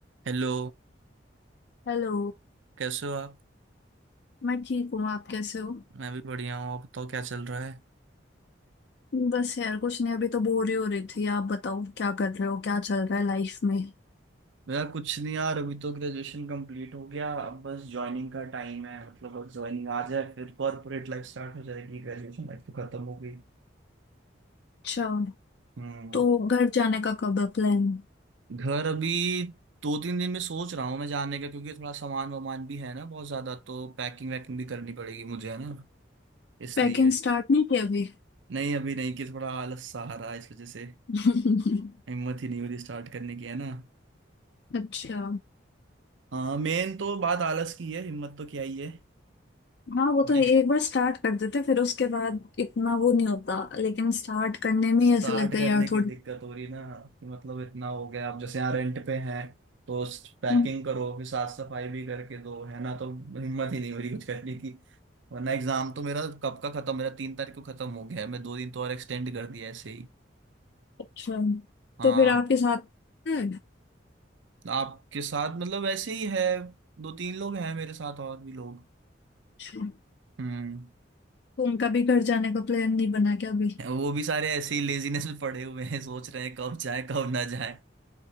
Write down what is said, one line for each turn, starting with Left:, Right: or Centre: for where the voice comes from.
Right: Hello
Left: Hello
Right: कैसे हो आप
Left: मैं ठीक हूँ आप कैसे हो
Right: मैं भी बढ़िया हूँ आप बताओ क्या चल रहा है
Left: बस यार कुछ नहीं अभी तो बोर ही हो रही थी आप बताओ क्या कर रहे हो क्या चल रहा है लाइफ में
Right: मेरा कुछ नहीं यार अभी तो ग्रेजुएशन कंप्लीट हो गया अब बस ज्वाइनिंग का टाइम है मतलब बस ज्वाइनिंग आ जाए फिर कॉर्पोरेट लाइफ स्टार्ट हो जाएगी ग्रेजुएशन लाइफ तो खत्म हो गई
Left: अच्छा
Right: हम्म
Left: तो घर जाने का कब है प्लान
Right: घर अभी दो तीन दिन में सोच रहा हूँ मैं जाने का क्योंकि थोड़ा सामान वामान भी है ना बहुत ज्यादा तो पैकिंग वैकिंग भी करनी पड़ेगी मुझे है ना इसलिए
Left: पैकिंग स्टार्ट नहीं की अभी
Right: नहीं अभी नहीं कि थोड़ा आलस सा आ रहा है इस वजह से
Left: <laughs>
Right: हिम्मत ही नहीं हो रही स्टार्ट करने की है ना
Left: अच्छा
Right: हाँ मेन तो बात आलस की है हिम्मत तो क्या ही है
Left: हाँ वो
Right: थोड़ी
Left: तो है, एक बार स्टार्ट कर देते फिर उसके बाद इतना वो नहीं होता लेकिन स्टार्ट करने में
Right: स्टार्ट
Left: ही ऐसा लगता
Right: करने
Left: है यार
Right: की
Left: थोड़ी
Right: दिक्कत हो रही ना कि मतलब इतना हो गया अब जैसे यहाँ रेंट पे हैं तो पैकिंग
Left: हम्म,
Right: करो फिर साफ सफाई भी करके दो है ना तो हिम्मत ही नहीं हो रही कुछ करने की वरना एग्जाम तो मेरा कब का खत्म मेरा तीन तारीख को खत्म हो गया है मैं दो दिन तो और एक्सटेंड कर दिया ऐसे ही
Left: अच्छा
Right: हाँ
Left: तो फिर आपके साथ है?
Right: आपके साथ मतलब ऐसे ही है दो तीन लोग हैं मेरे साथ और भी लोग
Left: अच्छा
Right: हम्म
Left: तो उनका भी घर जाने का प्लान नहीं बना क्या अभी
Right: वो भी सारे ऐसे ही लेजीनेस में पड़े हुए हैं सोच रहे हैं कब जाए कब ना जाए।